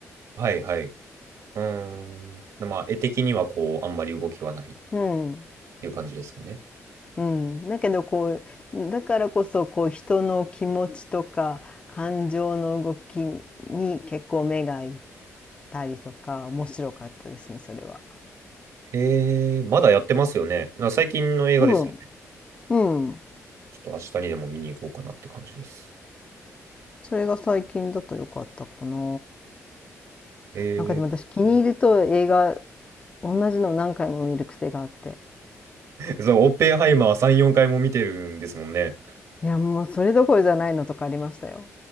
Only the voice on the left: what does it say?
うん
うん、だけどこうだからこそこう人の気持ちとか感情の動きに結構目がいったりとか面白かったですねそれは。
多分、うん、
それが最近だと良かったかな。
なんかでも私気に入ると映画同じの何回も見る癖があって。
いやもうそれどころじゃないのとかありましたよ。